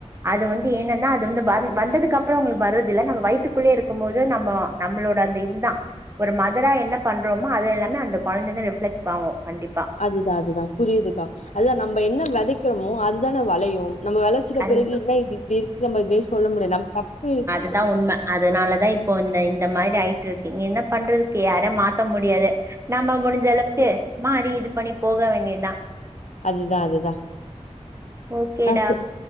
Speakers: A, on the right (about 25°); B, on the left (about 75°).
A: அது வந்து என்னன்னா அது வந்து வ வந்தது அப்பறோ அவுங்களுக்கு வரது இல்ல நம்ம வயித்து குள்ளே இருக்கும் போது நம்ம நம்மளோட அந்த இதுதா ஒரு மதரா என்ன பண்றோமோ அது எல்லாமே அந்த கொழந்த தா ரெஃப்ளெக்ட் பாவோ கண்டிப்பா
B: அதுதா அதுதா புரியுதுக்கா அதுதா நம்ம என்ன வெதைக்கிறோமோ அதுதான வெளையு நம் நம்ம வெளச்சிட
A: அந்
B: பிறகு என்ன இது இப்டி இருக்கு நம்ம எதையு சொல்ல முடியாது நம்ம தப்பு
A: துதா உண்ம அதுனாலதா இப்போ இந்த இந்த மாரி ஆயிட்டு இருக்கு நீ என்ன பண்றதுக்கு யாரையு மாத்த முடியாது நம்ம முடிஞ்ச அளவுக்கு மாறி இது பண்ணி போக வேண்டியதா
B: அதுதா அதுதா
A: ஓகேடா
B: ஆ